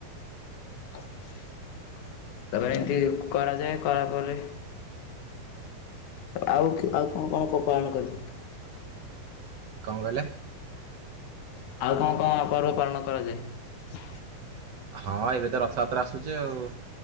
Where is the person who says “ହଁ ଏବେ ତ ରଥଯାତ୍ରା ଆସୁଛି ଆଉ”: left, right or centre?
Right